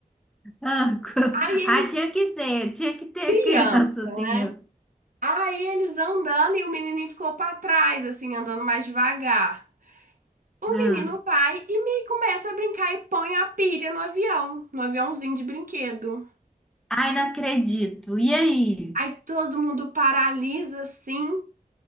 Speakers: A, in the centre; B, on the right.
A: Ah, <laughs>
B: Aí eles,
A: ah, tinha que ser, tinha que ter
B: criança,
A: criança assim
B: né?
A: mesmo.
B: Aí eles andando e o menininho ficou pra trás, assim, andando mais devagar. O
A: Hum.
B: menino vai e me começa a brincar e põe a pilha no avião, no aviãozinho de brinquedo.
A: Ai, não acredito. E aí?
B: Aí todo mundo paralisa assim.